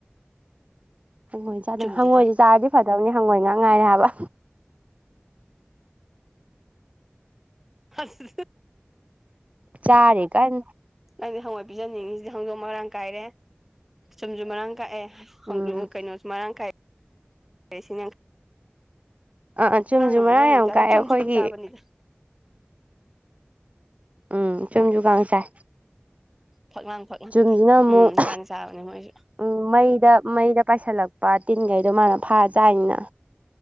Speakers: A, on the right; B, in the centre.
A: ꯍꯪꯉꯣꯏ ꯆꯥ ꯑꯗꯨ
B: ꯆꯨꯝꯗꯤ
A: ꯍꯪꯉꯣꯏꯁꯦ
B: ꯈꯪ
A: ꯆꯥꯔꯗꯤ ꯐꯗꯕꯅꯤ ꯍꯪꯉꯣꯏ ꯉꯥꯡ ꯉꯥꯏꯔꯦ ꯍꯥꯏꯕ
B: ꯑꯁ
A: ꯆꯔ ꯀꯥꯏ
B: ꯅꯪꯗꯤ ꯍꯪꯋꯥꯏ ꯄꯤꯖꯅꯤꯡꯉꯤꯁꯤꯗꯤ ꯍꯧꯗꯣꯛ ꯃꯔꯥꯡ ꯀꯥꯏꯔꯦ ꯆꯨꯝꯁꯨ ꯃꯔꯥꯡ ꯀꯥꯏꯑꯦ
A: ꯎꯝ
B: ꯀꯩꯅꯣꯁꯨ ꯃꯔꯥꯡ ꯀꯥꯏ ꯁꯤ
A: ꯑꯥ ꯆꯨꯝꯁꯨ
B: ꯑꯃꯨꯛ
A: ꯃꯔꯥ
B: ꯃꯣꯏ
A: ꯌꯥꯝ
B: ꯑꯃꯨꯛ ꯆꯥꯁꯦ
A: ꯀꯥꯏꯑꯦ
B: ꯆꯨꯝꯁꯨ
A: ꯑꯩꯈꯣꯏꯒꯤ
B: ꯀꯥꯡ ꯆꯥꯕꯅꯤꯗ
A: ꯎꯝ ꯆꯨꯝꯁꯨꯨ ꯀꯥꯡ ꯆꯥꯏ
B: ꯐꯛꯂꯥꯡ ꯐꯛꯥꯡ
A: ꯆꯨꯝꯁꯤꯅ ꯑꯃꯨꯛ
B: ꯎꯝ ꯀꯥꯡ ꯆꯥꯕꯅꯦ ꯃꯣꯏꯁꯨ
A: ꯎꯝ ꯃꯩꯗ ꯃꯩꯗ ꯄꯥꯏꯁꯤꯜꯂꯛꯄ ꯇꯤꯟꯈꯩꯗꯣ ꯃꯥꯅ ꯐꯥꯔ ꯆꯥꯅꯤꯅ